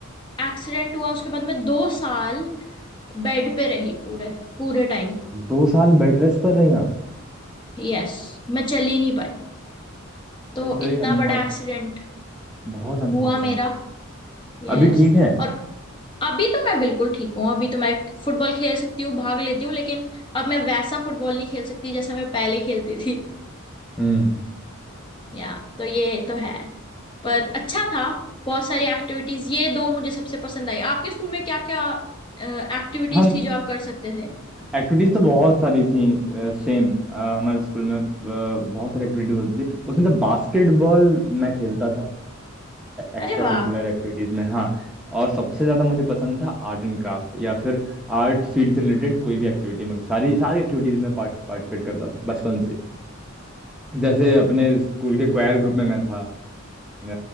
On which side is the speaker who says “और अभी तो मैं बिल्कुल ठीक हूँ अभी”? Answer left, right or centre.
Left